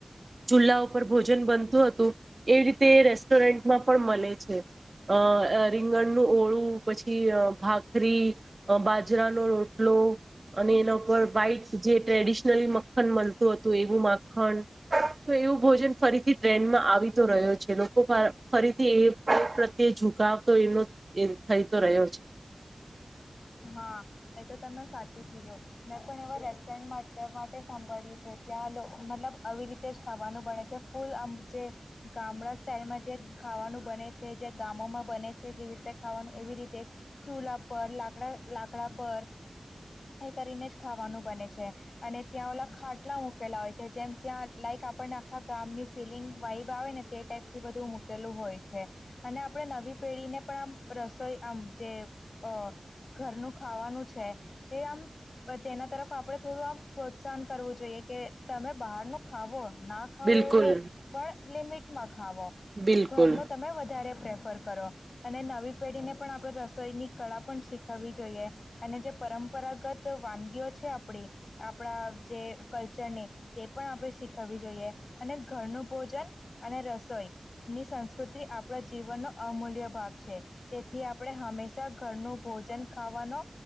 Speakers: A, on the right; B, on the left.
A: ચુલા ઉપર ભોજન બનતું હતું એવી રીતે રેસ્ટોરન્ટમાં પણ મલે છે. અ રીંગણનું ઓળું પછી ભાખરી અ બાજરાનો રોટલો એના ઉપર વાઈટ જે ટ્રેડિશ નલ મખન મલતું હતું એવું માખણ તો એવું ભોજન ફરીથી ટ્રેન્ડમાં આવીતો રહ્યો છે, લોકો ફરીથી એ પ્રત્યે ઝુકાવ તો એનો એ થઈતો રહ્યો છે.
B: હા એ તો તમે સાચું કીધું મેં પણ એવા રેસ્ટોરન્ટ માટે માટે સાભળ્યું છે. ત્યાં લો મતલબ આવી રીતે જ ખાવાનું બણે છે, ફૂલ આમ જે ગામડા સ્ટઇલમાં જે ખાવાનું બને છે, જે ગામોમાં બને છે જેવી રીતે ખાવાનું એવી રીતે ચૂલા પર લાકડા લાકડા પર એ કરીને જ ખાવાનું બને છે, અને ત્યાં ઓલા ખાટલા મુકેલા હોય છે, જેમ ત્યાં લાઈક આપને આખા ગામની ફિલિંગ વાબ આવે ને તે ટાઈપ થી બધું મૂકેલું હોય છે, અને આપણે ન વી પેઢીને પણ આમ રસોઈ આમ જે અ ઘરનું ખાવાનું છે, તે આમ તેના તરફ આપણે થોડું આમ પ્રોત્સાહન કરવું જોઈએ કે તમે બહાર નુ ખાવો ના ખાવો
A: બિલકુલ
B: એવું નહી પણ લિમિટમાં ખાવો
A: બિલકુલ
B: ઘર નો તમે વધારે પ્રેફર કરો અને નવી પેઢી ને પણ આપણે રસોઈની કળા પણ શી ખવી જોઈએ અને જે પરંપરાગત વાનગીઓ છે, આપડી આપણા જે ક લચરની તે આપણે શીખવી જોઈએ અને ઘરનું ભોજન અને રસોઈ ની સંસ્કૃતિ આપણા જીવનનો અમૂલ્ય ભાગ છે, તેથી આપણે હંમેશા ઘરનું ભોજન ખાવાનો